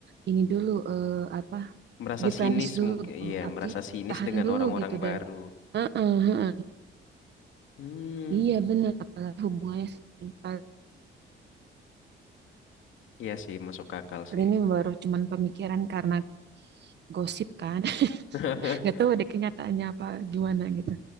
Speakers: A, on the right (about 60°); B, on the left (about 80°).
A: ini dulu eh, apa
B: merasa
A: defense
B: sinis
A: dulu
B: mungkin.
A: gitu.
B: Iya,
A: Apa
B: merasa
A: sih?
B: sinis
A: Tahan
B: dengan
A: dulu
B: orang-orang
A: gitu
B: baru.
A: dari Heeh, heeh.
B: Hmm.
A: Iya benar apalagi hubungannya kali
B: Iya sih, masuk akal
A: kali
B: sih.
A: ini baru cuman pemikiran karena gosip kan. <laughs>
B: <laughs>
A: Nggak tahu ada kenyataannya apa gimana gitu.